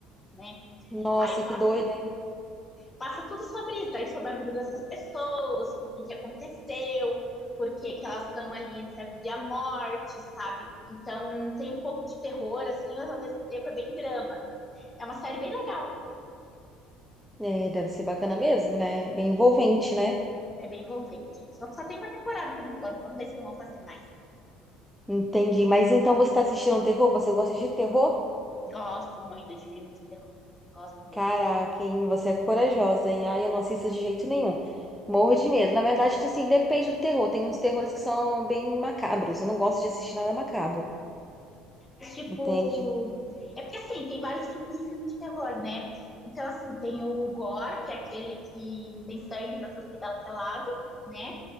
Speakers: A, on the left; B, in the centre.
A: né?
B: Nossa,
A: Aí passa,
B: que doida, hein?
A: passa tudo sobre isso, aí sobre a vida dessas pessoas, o que, que aconteceu, por que, que elas estão ali entre a vida e a morte, sabe? Então tem um pouco de terror, assim, mas ao mesmo tempo é bem drama. É uma série bem legal,
B: É, deve ser bacana mesmo, né? Bem envolvente, né?
A: é bem envolvente. Só que só tem uma temporada por enquanto, vamos ver se vão fazer mais.
B: Entendi. Mas então você tá assistindo terror? Você gosta de terror?
A: Gosto muito de filme de terror. Gosto mesmo.
B: Caraca, hein? Você é corajosa, hein? Ai, eu não assisto de jeito nenhum. Morro de medo. Na verdade, tipo assim, depende do terror. Tem uns terrores que são bem macabros. Eu não gosto de assistir nada macabro.
A: Mas, tipo.
B: Entende?
A: É porque, assim, tem vários tipos de filme de terror, né? Então, assim, tem o gore, que é aquele que tem sangue pra tudo que dá o lado, né?